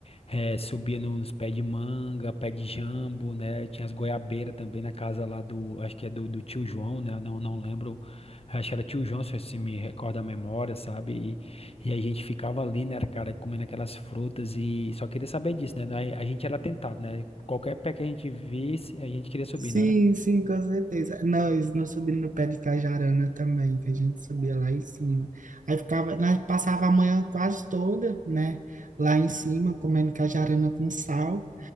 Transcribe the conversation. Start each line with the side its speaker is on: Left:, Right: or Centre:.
Left: eh, subia no- nos pés de manga, pé de jambo, né? Tinha as goiabeiras também na casa lá do, acho que é do, do tio João, né? Não, não lembro, acho que era tio João, se se me recorda a memória, sabe? E, e a gente ficava ali, né, cara, comendo aquelas frutas e só queria saber disso, né? Nós- A gente era tentado, né? Qualquer pé que a gente visse, a gente queria subir,
Right: Sim,
Left: né? era?
Right: sim, com certeza. Nós, nós subimos no pé de Cajarana também, que a gente subia lá em cima. Aí ficava, nós passava a manhã quase toda, né? Lá em cima, comendo cajarana com sal.